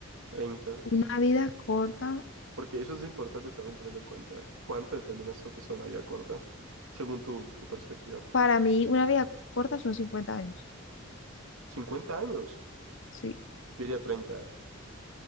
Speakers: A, on the right (about 80°); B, on the left (about 60°).
A: 30,
B: Una vida corta,
A: Porque eso es importante también tenerlo en cuenta, ¿eh? ¿Cuánto determinas tú que sea una vida corta? según tu, tu perspectiva.
B: para mí, una vida corta son 50 años.
A: cincuenta años.
B: Sí,
A: Yo diría treinta ¿eh?